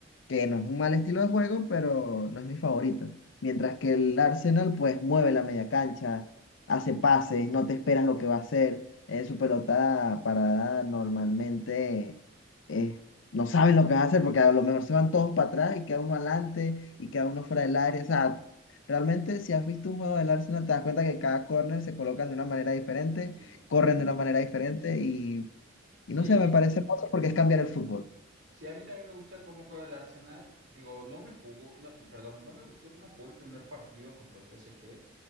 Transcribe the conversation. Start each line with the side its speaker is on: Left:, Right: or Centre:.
Left: que no es un mal estilo de juego, pero no es mi favorito. Mientras que el Arsenal, pues mueve la media cancha, hace pases, no te esperas lo que va a hacer. eh, su pelota parada normalmente eh, no saben lo que va a hacer porque a lo mejor se van todos para atrás y queda uno adelante
Right: Eh,
Left: y queda uno fuera del área. O sea, realmente si has visto un juego del Arsenal, te das cuenta que cada corner se colocan de una manera diferente,
Right: dif-
Left: corren
Right: ajá.
Left: de una manera diferente y, y
Right: Sí,
Left: no sé, me parece hermoso porque es cambiar el fútbol.
Right: sí, a mí también me gusta cómo juega el Arsenal. Digo, no me jugó, no, perdón, no me gustó cómo jugó el primer partido contra el PSG.